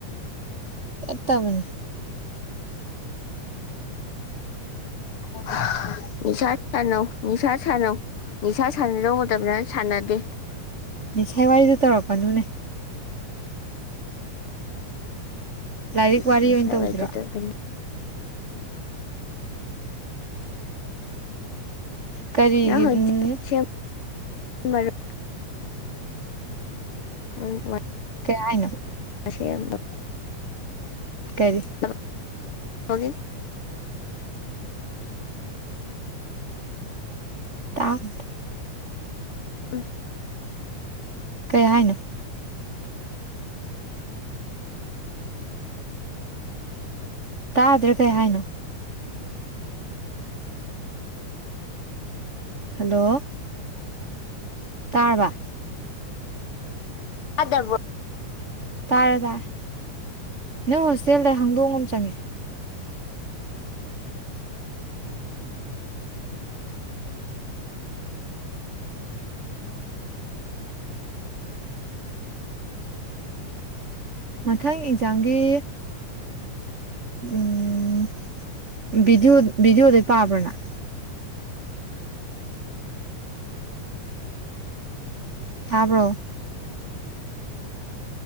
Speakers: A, on the right; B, on the left.
A: ꯆꯠꯇꯕꯅꯤ
B: <unintelligible> ꯅꯤꯁꯥ ꯁꯅꯧ ꯅꯤꯁꯥ ꯁꯅꯧ ꯅꯤꯁꯥ ꯁꯥꯟꯅꯗꯧꯕ ꯃꯇꯝꯗ ꯁꯥꯟꯅꯗꯦ
A: ꯅꯤꯡꯁꯥꯏ ꯋꯥꯔꯤꯗꯨ ꯇꯧꯔꯛꯀꯅꯨꯅꯦ ꯂꯥꯏꯔꯤꯛ
B: ꯏꯁ
A: ꯋꯥꯔꯤ
B: ꯅꯤꯁꯥ
A: ꯑꯣꯏꯅ ꯇꯧꯁꯤꯔꯣ
B: ꯋꯥꯏꯗꯨꯗꯒꯅꯤ
A: ꯀꯔꯤꯒꯤ
B: <unintelligible>
A: ꯎꯝ
B: <unintelligible>
A: ꯀꯩ ꯍꯥꯏꯅꯣ
B: ꯑꯁꯦꯝꯕ
A: ꯀꯔꯤ
B: <unintelligible>
A: ꯇꯥꯠ
B: ꯎꯝ
A: ꯀꯩ ꯍꯥꯏꯅꯣ ꯇꯥꯗ꯭ꯔꯦ ꯀꯩ ꯍꯥꯏꯅꯣ ꯍꯜꯂꯣ ꯇꯥꯔꯕ
B: ꯇꯥꯗꯕ꯭ꯔꯣ
A: ꯇꯥꯔꯦ ꯇꯥꯔꯦ ꯅꯪ ꯍꯣꯁꯇꯦꯜꯗ ꯍꯪꯗꯣꯡ ꯑꯃ ꯆꯪꯉꯦ ꯃꯊꯪ ꯑꯦꯛꯖꯥꯝꯒꯤ ꯎꯝ ꯚꯤꯗꯤꯑꯣ ꯚꯤꯗꯤꯑꯣꯗꯩ ꯄꯥꯕ꯭ꯔꯅꯪ ꯇꯥꯕ꯭ꯔꯣ